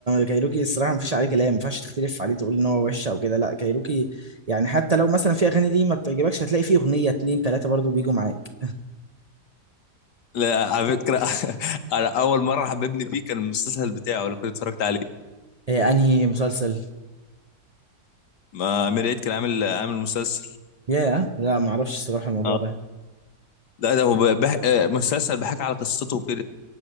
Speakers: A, on the right; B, on the left.
A: كايروكي الصراحة مفيش عليه كلام مينفعش تختلف عليه تقول إن هو وحش أو كده لا كايروكي يعني حتى لو مثلا في أغاني ليه ما بتعجبكش هتلاقي فيه أغنية اتنين تلاتة برضو بيجوا معاك
B: لا على فكره <laughs> انا اول مره حببني فيه كان المسلسل بتاعه لو كنت اتفرجت عليه
A: إيه انهي مسلسل
B: ما- امير عيد كان عامل عامل مسلسل
A: ياه لا معرفش الصراحة الموضوع
B: اه
A: ده
B: لا ده هو ب- بح... آه، مسلسل بحكي على قصته وكده